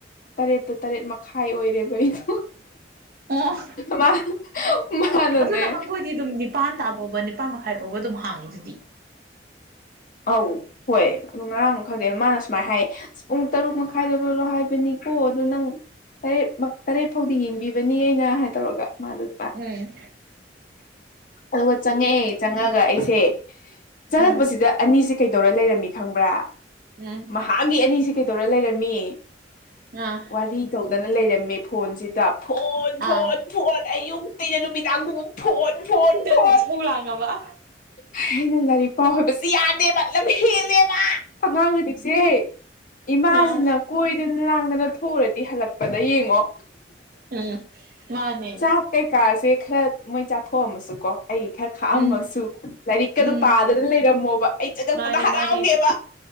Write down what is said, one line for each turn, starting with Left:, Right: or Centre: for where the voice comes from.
Left: ꯇꯔꯦꯠꯇꯨ ꯇꯔꯦꯠ ꯃꯈꯥꯏ ꯑꯣꯏꯔꯦꯕ ꯑꯩꯗꯣ
Right: ꯑꯣ
Left: ꯃꯥ ꯃꯥꯅꯅꯦ
Right: ꯑꯗꯨ ꯅꯍꯥꯟꯈꯣꯏꯗꯤ ꯑꯗꯨꯝ ꯅꯤꯄꯥꯟ ꯇꯥ ꯐꯥꯎꯕ ꯅꯤꯄꯥꯥꯟ ꯃꯈꯥꯏ ꯐꯥꯎꯕ ꯑꯗꯨꯝ ꯍꯥꯡꯉꯤ ꯑꯗꯨꯗꯤ
Left: ꯑꯧ ꯍꯣꯏ ꯑꯗꯨ ꯉꯔꯥꯡ ꯑꯃ ꯈꯪꯗꯦ ꯃꯥꯅ ꯁꯨꯃꯥꯏꯅ ꯍꯥꯏ ꯑ ꯄꯨꯡ ꯇꯔꯨꯛ ꯃꯈꯥꯏꯗ ꯂꯣꯏꯂꯣ ꯍꯥꯏꯕꯅꯤꯀꯣ ꯑꯗꯨꯗꯣ ꯅꯪ ꯇꯔꯦꯠꯃꯛ ꯇꯔꯦꯠ ꯐꯥꯎꯗꯤ ꯌꯦꯡꯕꯤꯕꯅꯤ ꯑꯩꯅ ꯍꯥꯏ ꯇꯧꯔꯒ ꯃꯥꯗꯨ
Right: ꯎꯝ
Left: ꯑꯗꯨꯒ ꯆꯪꯉꯛꯑꯦ ꯆꯪꯉꯑꯒ ꯑꯩꯁꯦ ꯆꯪꯉꯛꯄꯁꯤꯗ
Right: ꯎꯝ
Left: ꯑꯅꯤꯁꯦ ꯀꯩꯗꯧꯔ ꯂꯩꯔꯝꯃꯤ ꯈꯪꯕ꯭ꯔꯥ
Right: ꯎꯝ
Left: ꯃꯍꯥꯒꯤ ꯑꯅꯤꯁꯤ ꯀꯩꯗꯧꯔ ꯂꯩꯔꯝꯃꯤ
Right: ꯑꯥ
Left: ꯋꯥꯔꯤ ꯇꯧꯗꯅ ꯂꯩꯔꯝꯃꯦ ꯐꯣꯟꯁꯤꯗ ꯐꯣꯟ
Right: ꯑꯥ
Left: ꯐꯣꯟ ꯐꯣꯟ ꯑꯌꯨꯛꯇꯩꯅ ꯅꯨꯃꯤꯗꯥꯡꯐꯥꯎ ꯐꯣꯟ ꯐꯣꯟ
Right: ꯅꯪꯅ
Left: ꯐꯣꯟ
Right: ꯏꯁꯧ ꯂꯥꯡꯉꯕ
Left: ꯑꯩꯅ ꯂꯥꯏꯔꯤꯛ ꯄꯥꯎ ꯍꯣꯏꯕꯁꯤ ꯌꯥꯗꯦꯕ ꯂꯝ ꯍꯦꯜꯂꯦ ꯑꯉꯥꯡ ꯑꯅꯤꯁꯦ ꯏꯃꯥꯁꯤꯅ
Right: ꯑꯥ
Left: ꯀꯣꯏꯗꯅ ꯂꯥꯡꯗꯅ ꯊꯣꯛꯎꯔꯗꯤ ꯍꯜꯂꯛ ꯄꯗ ꯌꯦꯡꯉꯣ
Right: ꯎꯝ ꯃꯥꯅꯦ
Left: ꯆꯥꯛ ꯀꯩꯀꯥꯁꯦ ꯈꯔ ꯃꯣꯏ ꯆꯥꯊꯣꯛꯑꯝꯃꯁꯨ ꯀꯣ ꯑꯩ ꯈꯔ ꯈꯥꯛꯑꯝꯃꯁꯨ
Right: ꯎꯝ
Left: ꯂꯥꯏꯔꯤꯛꯀꯗꯨ
Right: ꯎꯝ
Left: ꯄꯥꯗꯅ ꯂꯩꯔꯝꯃꯣꯕ ꯑꯩ ꯆꯉꯛꯄꯗ
Right: ꯃꯥꯅꯦ
Left: ꯍꯔꯥꯎꯒꯦꯕ
Right: ꯃꯥꯅꯦ